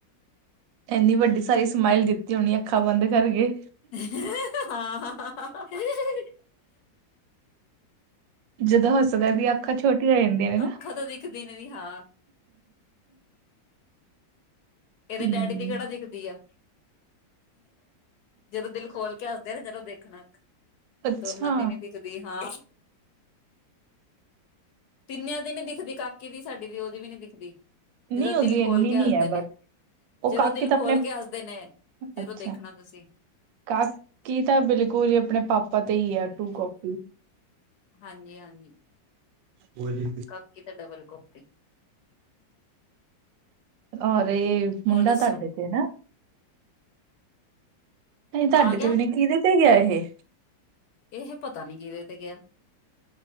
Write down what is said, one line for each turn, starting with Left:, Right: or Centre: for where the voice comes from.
Right: ਏਨੀ ਵੱਡੀ ਸਾਰੀ ਸਮਾਈਲ ਦਿੱਤੀ ਹੋਣੀ ਅੱਖਾਂ ਬੰਦ ਕਰਕੇ।
Left: <unintelligible>
Right: ਜਦੋਂ ਹਸਦਾ ਏਦੀਆਂ ਅੱਖਾਂ ਛੋਟੀਆ ਹੋ ਜਾਂਦੀਆਂ ਨੇ ਨਾ।
Left: ਅੱਖਾਂ ਤਾਂ ਦਿਖਦੀ ਨੀ ਹਾਂ ਏਦੇ
Right: ਹਮ,
Left: ਡੈਡੀ ਦੀ ਕੇੜਾ ਦਿਖਦੀ ਆ। ਜਦੋਂ ਦਿਲ ਖੋਲ ਕੇ ਹੱਸਦੇ ਨਾ ਜਦੋਂ ਦੇਖਣਾ
Right: ਅੱਛਾ
Left: ਦੋਨਾਂ ਦੀ ਨੀ ਦਿਖ ਵੀ ਹਾਂ। ਤਿੰਨਿਆਂ ਦੀ ਨੀ ਦਿਖਦੀ ਕਾਕੀ ਦੀ ਸਾਡੀ ਦੀ ਓਦੀ ਵੀ ਨੀ ਦਿਖਦੀ,
Right: ਨਹੀਂ
Left: ਜਦੋਂ
Right: ਉਹਦੀ
Left: ਦਿਲ ਖੋਲ
Right: ਇੰਨੀ
Left: ਕੇ
Right: ਨੀ
Left: ਹੱਸਦੇ
Right: ਹੈ ਬਟ
Left: ਨੇ।
Right: ਉਹ
Left: ਜਦੋਂ
Right: ਕਾਕੀ
Left: ਦਿਲ
Right: ਤਾਂ
Left: ਖੋਲ
Right: ਆਪਣੇ
Left: ਕੇ ਹੱਸਦੇ ਨੇ ਜਦੋਂ
Right: ਅੱਛਾ
Left: ਦੇਖਣਾ ਤੁਸੀਂ।
Right: ਕਾਕੀ ਤਾਂ ਬਿਲਕੁਲ ਈ ਆਪਣੇ ਪਾਪਾ ਤੇ ਈ ਆ ਟੂ ਕਾਪੀ।
Left: ਹਾਂਜੀ ਹਾਂਜੀ
Right: ਹੋਰ ਜੀ।
Left: ਕਾਕੀ ਤਾਂ ਡਬਲ ਕੋਪੀ।
Right: ਔਰ ਏ
Left: ਹੋਰ
Right: ਮੁੰਡਾ
Left: ਦੱਸੋ
Right: ਤਾਡੇ ਤੇ ਨਾ। ਨਈ ਤਾਡੇ
Left: ਆ ਗਿਆ
Right: ਤੇ ਵੀ ਨੀ ਕੀਦੇ ਤੇ ਗਿਆ ਇਹ।
Left: ਇਹ ਪਤਾ ਨੀ ਕੀਦੇ ਤੇ ਗਿਆ।